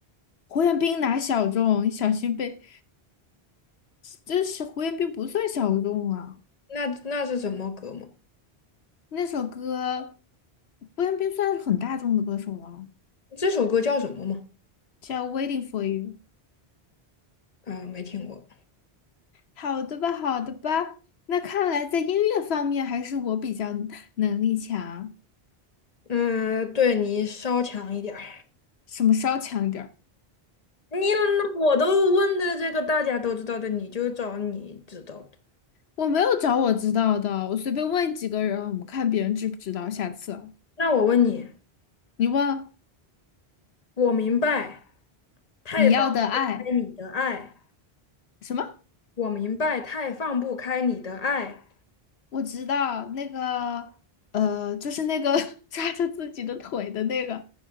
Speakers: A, on the left; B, on the left.
A: 胡彦斌哪小众，小心被……这是胡彦斌不算小众啊，
B: 那那是什么歌吗？
A: 那首歌，胡彦斌算是很大众的歌手了，
B: 这首歌叫什么吗？
A: 叫《Waiting for You》。
B: 嗯，没听过。
A: 好的吧，好的吧。那看来在音乐方面还是我比较能力强，
B: 嗯，对你稍强一点儿。
A: 什么稍强一点儿。
B: 你那我都问的这个大家都知道的，你就找你知道的。
A: 我没有找我知道的，我随便问几个人，我们看别人知不知道。下次
B: 那我问你，
A: 你问
B: 我明白太放不开你的爱，
A: 你要的爱什么？
B: 我明白太放不开你的爱，
A: 我知道那个，呃，就是那个 <laughs> 抓着自己的腿的那个，